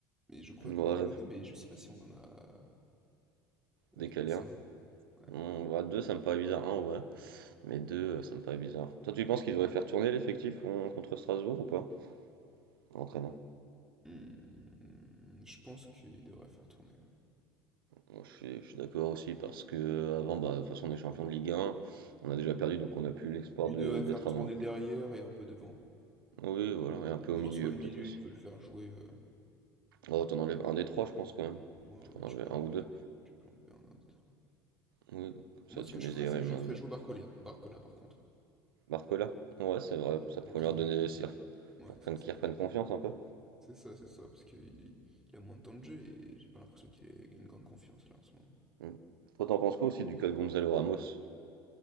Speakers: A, in the centre; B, on the right (about 70°).
A: Mais je croyais
B: Ouais,
A: qu'on en jouait 2, mais je sais pas si on en a euh,
B: décalé
A: déplacé
B: un.
A: un. Ouais.
B: On va 2 ça me paraît bizarre. un ouais. Mais 2, ça me paraît bizarre. Toi, tu penses qu'il devrait faire tourner l'effectif euh, contre Strasbourg ou pas? Entraîneur.
A: Hmm, je pense qu'il devrait faire tourner, ouais.
B: Bon, je suis, je suis d'accord aussi parce que avant, bah, de toute façon, on est champion de Ligue un On a déjà perdu, donc on n'a plus l'espoir
A: Il
B: de
A: devrait
B: d'être
A: faire tourner
B: avant.
A: derrière et un peu devant.
B: Oui, voilà. Et un peu au
A: Mais en
B: milieu,
A: soi, le milieu,
B: peut-être aussi.
A: il peut le faire jouer. euh,
B: Oh, t'en enlèves un des trois, je pense, quand même.
A: Moi,
B: Je
A: ouais,
B: peux en
A: tu
B: enlever
A: peux enlever,
B: un ou deux.
A: euh, tu peux enlever un, un des trois.
B: Oui, comme
A: Moi,
B: ça,
A: ce
B: tu
A: que je
B: mets
A: ferais,
B: Zérim.
A: c'est que je ferais jouer Barcolia, Barcola, par contre.
B: Barcola? Ouais, c'est vrai. Ça
A: Pour
B: pourrait
A: qu'il...
B: leur donner...
A: Ouais,
B: Pour prenne-
A: c'est ça.
B: qu'ils reprennent confiance un peu.
A: C'est ça, c'est ça, parce qu'il il a moins de temps de jeu et j'ai pas l'impression qu'il ait une grande confiance, là, en ce moment.
B: Mm. Toi, t'en penses quoi aussi du cas de Gonzalo Ramos,